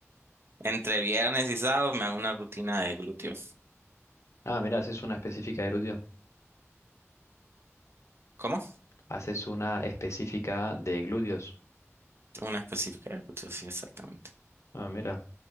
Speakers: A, on the right (about 50°); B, on the left (about 65°).
A: entre viernes y sábado me hago una rutina de glúteo.
B: Ah, mira, haces una específica de glúteo.
A: ¿Cómo?
B: Haces una específica de glúteos.
A: Una específica de glúteo, sí, exactamente.
B: Ah, mira.